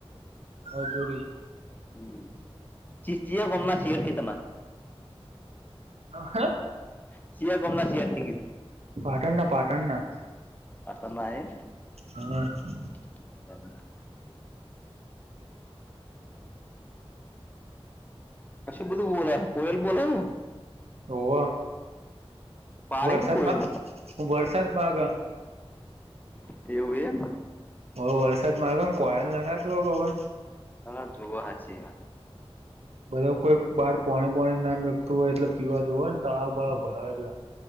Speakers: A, on the right; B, on the left.
A: મજૂરી
B: હમ્મ ચીચ ગોમ મા શિયાળ થ તમાં
A: અ હ
B: <unintelligible>
A: ભાટણ ના પાટણ ના.
B: અતા નાઈ.
A: હમ્મ.
B: <unintelligible> અશું બધુ બોલા કોયલ બોલઉં.
A: હોવ.
B: પાણી
A: વરસાદમા
B: હું કોયેલું
A: વરસાદ માગ.
B: એવું એમ.
A: હો વરસાદ માગે ન કોયલ નાગત હો બ હવે.
B: હા જોઓ હાચી વાત.
A: બધા કોઈક બહાર પોણી બોણી ના મેકતું હોય એટલે પીવા જોવે ને તળાવ બળાવ ભરાય એટલે.